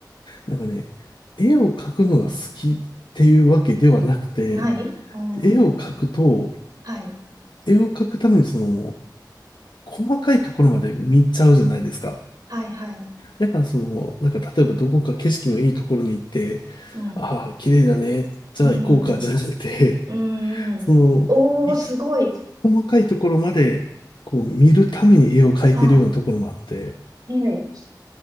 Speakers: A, on the left (about 85°); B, on the right (about 60°).
A: なんかね、絵を描くのが好きっていうわけではなくて、
B: あ、ないうん。
A: 絵を描くと、
B: はい。
A: 絵を描くためにその、細かいところまで見ちゃうじゃないですか。
B: はい、はい。
A: だからその、なんか例えばどこか景色のいいところに行って、
B: うん。
A: ああ、綺麗だね、じゃあ行こうか、
B: うん。
A: じゃなくて、
B: うん。
A: <laughs>
B: うんおー、
A: その、い
B: すごい。
A: 細かいところまで、こう見るために絵を描いてるようなところもあって、
B: はあ、は